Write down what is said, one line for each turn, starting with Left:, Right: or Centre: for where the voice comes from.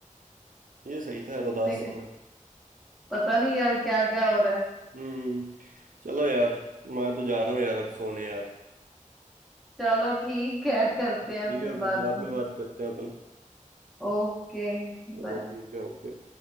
Right: ये सही था यार उदास
Centre: <laughs>
Right: समय
Centre: पता नहीं यार क्या क्या हो रहा है
Right: हम्म चलो यार मैं तो जा रहा हूँ यार अब सोने यार
Centre: चलो ठीक है करते
Right: ठीक
Centre: हैं फिर
Right: है फिर
Centre: बाद
Right: बाद
Centre: में
Right: में बात करते हैं अपन
Centre: ओके
Right: चलो
Centre: बाय
Right: ठीक है ओके